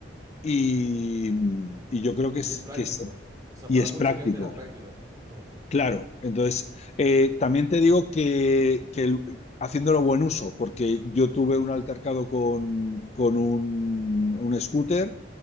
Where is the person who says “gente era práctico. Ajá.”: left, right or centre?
Right